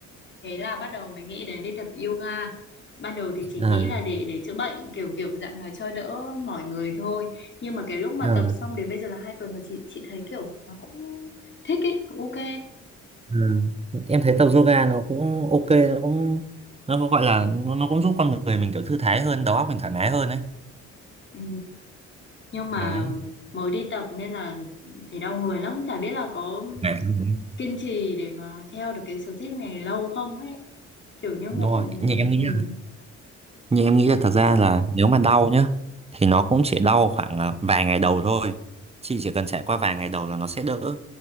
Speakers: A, on the left; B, on the right.
A: thế là bắt đầu mới nghĩ đến đi tập yoga. Ban đầu thì chỉ
B: à,
A: nghĩ là để để chữa bệnh kiểu kiểu dạng là cho đỡ mỏi người thôi. Nhưng mà cái lúc mà
B: ờ.
A: tập xong đến bây giờ là hai tuần rồi chị chị thấy kiểu nó cũng thích ấy, cũng ok.
B: Ừ. Em thấy tập yoga nó cũng ok nó cũng nó có gọi là nó, nó cũng giúp con người mình kiểu thư thái hơn đầu óc mình thoải mái hơn đấy
A: Ừ, nhưng mà
B: đấy
A: mới đi tập nên là thấy đau người lắm, chả biết là có
B: Ngày thứ mấy?
A: kiên trì để mà theo được cái sở thích này lâu không ấy. kiểu như ngộ
B: đúng rồi như em nghĩ
A: ừ,
B: là nhưng em nghĩ
A: này
B: là thật ra là nếu mà đau nhá thì nó cũng chỉ đau khoảng à, vài ngày đầu thôi chị chỉ cần trải qua vài ngày đầu là nó sẽ đỡ